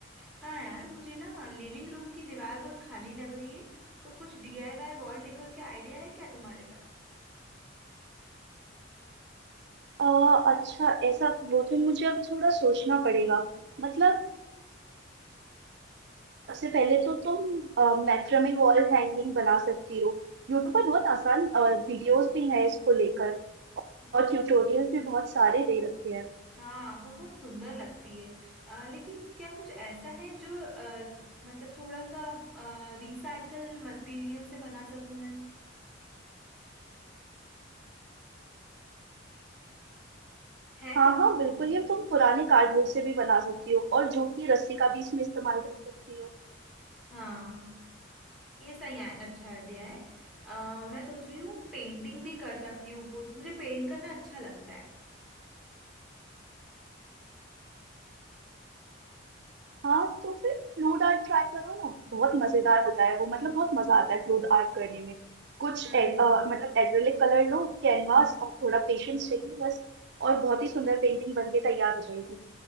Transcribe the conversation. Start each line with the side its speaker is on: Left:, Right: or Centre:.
Centre: हाँ यार मुझे ना लिविंग रूम की दीवार बहुत खाली लग रही है तो कुछ डीआईवाई वॉल डेकोर के आइडिया है क्या तुम्हारे पास
Right: आ, अच्छा ऐसा वो तो मुझे अब थोड़ा सोचना पड़ेगा मतलब सबसे पहले तो तुम मैक्रमे वॉल हैंगिंग बना सकती हो यूट्यूब पर बहुत आसान वीडियोस भी हैं इसको लेकर
Centre: हाँ
Right: और ट्यूटोरियल्स भी बहुत सारे दे रखे हैं
Centre: हाँ, बहुत सुंदर लगती है अ, लेकिन क्या कुछ ऐसा है जो अ, मतलब थोड़ा सा रिसाइकल मटेरियल से बना सकूं मैं है
Right: हाँ
Centre: क्या
Right: हाँ
Centre: कुछ
Right: बिल्कुल
Centre: ऐसा
Right: ये तुम पुराने कार्डबोर्ड से भी बना सकती हो और जूट की रस्सी का भी इसमें इस्तेमाल कर सकती हो
Centre: हाँ ये सही है अच्छा आइडिया है अ, मैं सोच रही हूँ पेंटिंग भी कर सकती हूँ कुछ मुझे पेंट करना अच्छा लगता है
Right: हाँ तो फिर फ्लूड आर्ट ट्राई करो ना बहुत मजेदार होता है वो मतलब बहुत मजा आता है फ्लूड आर्ट करने में कुछ
Centre: हम्म
Right: ए, अ, मतलब एक्रेलिक कलर लो कैनवास और थोड़ा पेशेंस चाहिए बस और बहुत ही सुंदर पेंटिंग बन के तैयार हो जाएगी